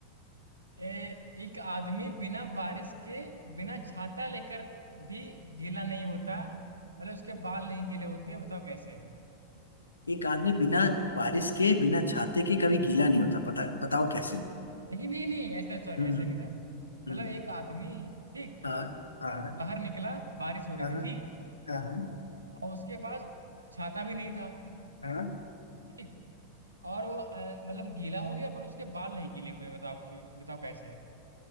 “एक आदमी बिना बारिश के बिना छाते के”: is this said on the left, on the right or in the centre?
Left